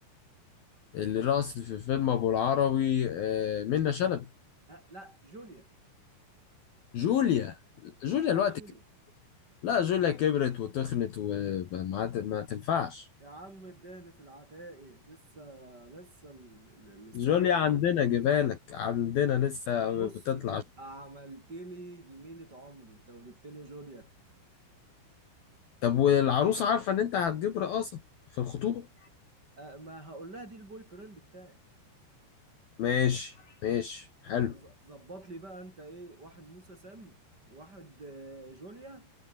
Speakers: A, on the left (about 55°); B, on the right (about 20°).
A: الرقص في فيلم ابو العربي آه، منة شلبي
B: أه لا جوليا
A: جوليا جوليا
B: انا عايز
A: الوقت
B: جوليا
A: لا جوليا كبرت وتخنت وما ت- ما تنفعش
B: يا عم الدهن في العتاقي لسه لسه ال- ال- الصحة
A: جوليا عندنا
B: حلوة
A: جبالك عندنا لسه
B: بص
A: بتطلع
B: تبقى عملت لي جميلة عمري لو جبت لي جوليا
A: طب والعروسة عارفة ان انت هتجيب رقاصة في الخطوبة
B: آه، ما هقول لها دي البوي فريند بتاعي
A: ماشي ماشي حلو
B: فظبط لي بقى انت ايه واحد موسى سام واحد آه، جوليا